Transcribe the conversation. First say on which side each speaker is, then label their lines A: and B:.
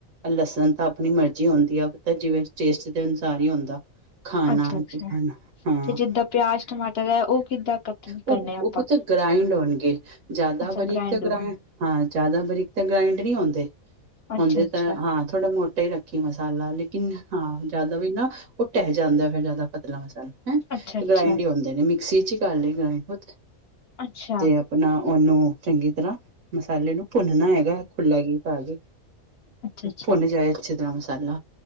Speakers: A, on the right; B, on the left.
A: ਲਸਣ ਤਾਂ ਆਪਣੀ ਮਰਜ਼ੀ ਹੁੰਦੀ ਆ ਤਾਂ ਜਿਵੇਂ ਟੇਸਟ ਦੇ ਅਨੁਸਾਰ ਹੀ ਹੁੰਦਾ। ਖਾਣਾ
B: ਅੱਛਾ,
A: ਨਈਂ
B: ਅੱਛਾ।
A: ਖਾਣਾ। ਹਾਂ।
B: ਤੇ ਜਿੱਦਾਂ ਪਿਆਜ ਟਮਾਟਰ ਹੈ ਉਹ ਕਿੱਦਾਂ ਕੱਟ ਕਰਨੇ
A: ਓ
B: ਆਪਾਂ,
A: ਪੁੱਤ ਗ੍ਰਾਇੰਡ ਹੋਣਗੇ। ਜ਼ਿਆਦਾ
B: ਅੱਛਾ
A: ਬਰੀਕ
B: ਗ੍ਰੈਂਡ
A: ਤਾਂ ਗ੍ਰਾ ਹਾਂ, ਜ਼ਿਆਦਾ ਬਰੀਕ ਤਾਂ ਗ੍ਰਾਇੰਡ ਨਈਂ ਹੁੰਦੇ।
B: ਅੱਛਾ,
A: ਹੁੰਦੇ
B: ਅੱਛਾ,
A: ਤਾਂ ਹਾਂ। ਥੋੜਾ ਮੋਟਾ ਈ ਰੱਖੀ ਮਸਾਲਾ, ਲੇਕਿਨ ਹਾਂ ਜ਼ਿਆਦਾ ਵੀ ਨਾ ਓ ਢਹਿ ਜਾਂਦਾ ਫਿਰ ਜ਼ਿਆਦਾ ਪਤਲਾ ਮਸਾਲਾ ਹੈਂ! ਤੇ
B: ਅੱਛਾ, ਅੱਛਾ,
A: ਗ੍ਰਾਇੰਡ
B: ਅੱਛਾ,
A: ਈ ਹੁੰਦੇ ਨੇ ਮਿਕਸੀ ਚ। ਕਰ ਲਈ ਗ੍ਰਾਇਡ ਉਤੱ
B: ਅੱਛਾ,
A: ਤੇ ਅਪਣਾ ਓਨੂੰ ਚੰਗੀ ਤਰ੍ਹਾਂ ਮਸਾਲੇ ਨੂੰ ਭੁੰਨਣਾ ਹੈਗਾ। ਖੁੱਲ੍ਹਾ ਘੀ ਪਾ ਕੇ।
B: ਅੱਛਾ,
A: ਭੁੰਨ ਜਾਏ ਅੱਛੇ ਤਰ੍ਹਾਂ ਮਸਾਲਾ